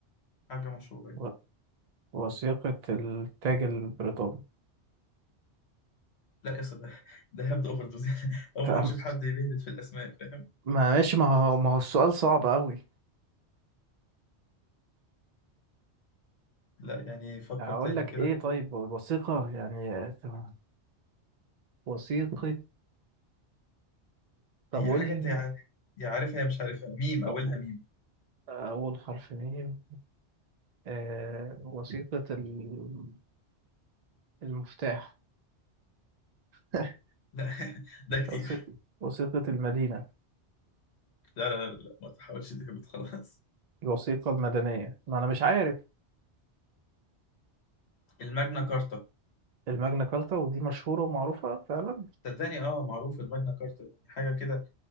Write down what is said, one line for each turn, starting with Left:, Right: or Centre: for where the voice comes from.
Left: حاجة مشهورة يعني
Right: و... وثيقة التاج البريطاني
Left: لا يا اسطى ده ده هبد أوفر دوز <laughs> أول
Right: تمام.
Left: مرة أشوف حد بيهبد في الأسماء فاهم
Right: ما ماشي ما هو ما هو السؤال صعب أوي
Left: لا يعني فكر
Right: أقول
Left: تاني
Right: لك
Left: كده
Right: إيه طيب وثيقة يعني تمام. وثيقة طب
Left: هي
Right: قول
Left: حاجة
Right: لي-
Left: أنت يا يا عارفها يا مش عارفها ميم أولها
Right: طب
Left: ميم
Right: أول حرف مين آه... وثيقة ال... المفتاح <laughs>
Left: لا <laughs> ده كتير
Right: وثيقة وثيقة المدينة
Left: لا لا لا لا ما تحاولش تهبط خلاص
Right: الوثيقة المدنية ما أنا مش عارف
Left: الماجنا كارتا
Right: الماجنا كارتا ودي مشهورة ومعروفة فعلا
Left: صدقني اه معروف الماجنا كارتا يعني حاجه كده